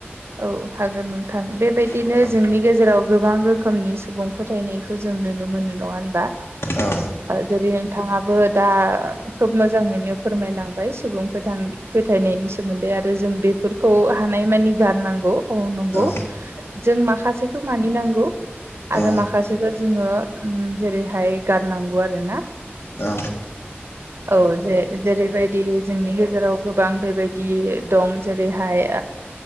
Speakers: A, on the right; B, on the left.
A: औ हागोन नोंथां बेबायदिनो
B: औ
A: जोंनि गेजेराव गोबां रोखोमनि सुबुं फोथायनाय जों नुनो मोनो नङा होनबा
B: औ
A: जेरै बिथाङाबो दा खोब मोजाङैनो फोरमायलांबाय सुबुं फोथायनायनि सोमोन्दै आरो जों बेफोरखौ हानाय मानि गारनांगौ औ नंगौ
B: औ
A: जों माखासेखौ मानिनांगौ आरो
B: औ
A: माखासेखौ जोङो जेरैहाय गारनांगौ आरो ना
B: औ
A: औ जे जेरैबायदि जोंनि गेजेराव गोबां बेबायदि दं जेरैहाय